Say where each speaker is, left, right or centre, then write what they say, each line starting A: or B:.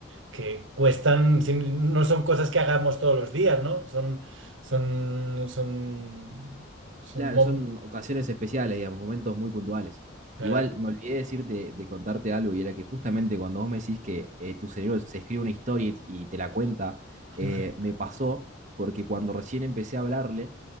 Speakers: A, on the right; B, on the right.
A: que cuestan, sin- no son cosas que hagamos todos los días, ¿no? Son, son, son, son,
B: Claro,
A: mom-
B: son ocasiones especiales, digamos, momentos muy puntuales.
A: claro.
B: Igual me olvidé decirte, de contarte algo, y era que justamente cuando vos me decís que eh, tu cerebro se escribe una historia y, y te la cuenta,
A: <laughs>
B: eh, me pasó porque cuando recién empecé a hablarle,